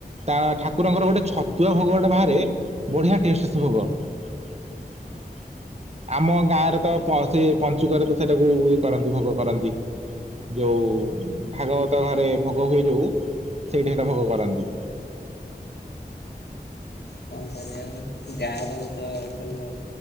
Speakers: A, on the right (about 40°); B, on the left (about 75°).
A: ତା ଠାକୁରଙ୍କର ଗୋଟେ ଛତୁଆ ଭୋଗ ଗୋଟେ ବାହାରେ ବଢ଼ିଆ ଟେଷ୍ଟ ସେ ଭୋଗ। <unintelligible> ଆମ ଗାଁରେ ତ ପ ସେ ପଞ୍ଚୁକରେ ତ ସେଇଟାକୁ ଇଏ କରନ୍ତି ଭୋଗ କରନ୍ତି। ଯୋଉ ଭାଗବତ ଘରେ ଭୋଗ ହୁଏ ଯଉ ସେଇଠାତ ଭୋଗ କରନ୍ତି।
B: କଣ କରିବା ଆଉ ଗାଁର ତ ସବୁ